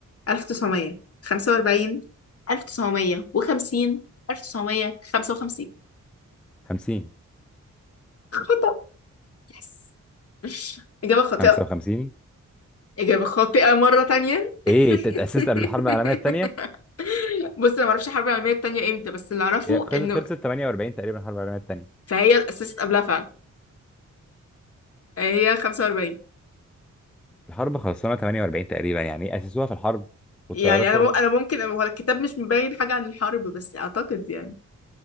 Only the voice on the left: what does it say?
1945 1950 1955
<laughs> يس إجابة خاطئة
إجابة خاطئة مرة تانية
<laughs>
بص أنا معرفش الحرب العالمية التانية إمتى بس اللي أعرفه
إنه
فهي اتأسست قبلها فعلا يعني هي 45
يعني أنا
مم... أنا ممكن هو الكتاب مش مبين حاجة عن الحرب بس أعتقد يعني